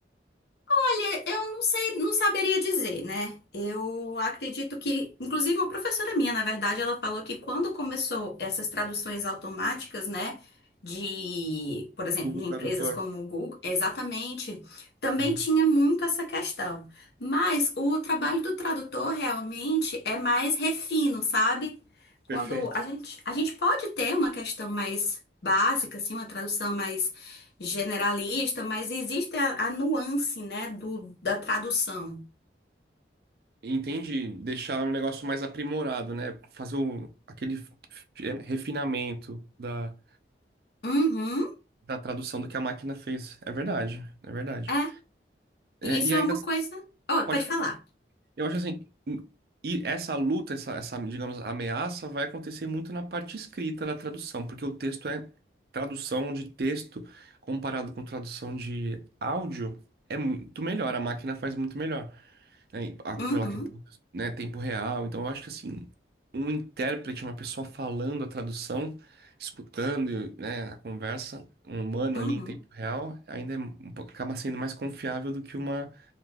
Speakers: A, on the left; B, on the right.
A: Olha, eu não sei, não saberia dizer, né? Eu acredito que, inclusive, a professora minha, na verdade, ela falou que quando começou essas traduções automáticas, né, de, por exemplo,
B: Google
A: de empresas
B: Tradutor.
A: como o Google, exatamente, também
B: Uhum.
A: tinha muito essa questão. Mas o trabalho do tradutor realmente é mais refino, sabe?
B: Perfeito.
A: Quando a gente, a gente pode ter uma questão mais básica, assim, uma tradução mais generalista, mas existe a, a nuance, né, do, da tradução.
B: Entende? Deixar um negócio mais aprimorado, né? Fazer o, aquele fi- refinamento da,
A: Uhum,
B: da tradução do que a máquina fez. É verdade, é verdade.
A: é.
B: É,
A: E isso
B: e ainda
A: é uma coisa. Oh,
B: pode
A: pode falar.
B: Eu acho assim, hum, e essa luta, essa, essa, digamos, ameaça vai acontecer muito na parte escrita da tradução, porque o texto é tradução de texto comparado com tradução de áudio é muito melhor, a máquina faz muito melhor, né, e a- pela
A: Uhum,
B: questão, né, tempo real. Então eu acho que assim, um intérprete, uma pessoa falando a tradução, escutando, né, a conversa, um humano
A: uhum.
B: ali em tempo real, ainda é um pouco- acaba sendo mais confiável do que uma